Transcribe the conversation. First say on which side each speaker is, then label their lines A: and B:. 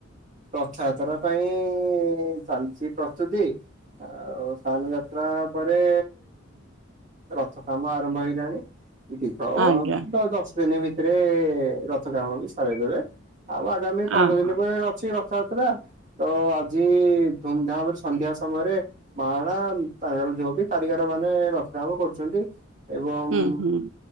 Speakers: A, on the right; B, on the right.
A: ରଥଯାତ୍ରା ପାଇଁ ଚାଲିଚି ପ୍ରସ୍ତୁତି। ଆଉ ସ୍ଥାନ୍ ଯାତ୍ରା ପରେ ରଥ କାମ ଆରମ୍ଭ ହେଇଗଲାଣି। ଦିପ ଓ
B: ଆଜ୍ଞା
A: ଦ ଦଶ ଦିନ ଭିତରେ ରଥ କାମ ବି ସରେଇଦେବେ। ଆଉ ଆଗାମୀ ପନ୍ଦର
B: ଅ ହଁ
A: ଦିନି ପରେ ଅଛି ରଥଯାତ୍ରା। ତ ଆଜି ଧୁମ୍ ଧାମରେ ସନ୍ଧ୍ୟା ସମୟରେ ମାଣା ତାଙ୍କର ଯୋଉ ବି କାରିଗର ମାନେ ରଥକାମ କରୁଛନ୍ତି। ଏବଂ
B: ହୁଁ ହୁଁ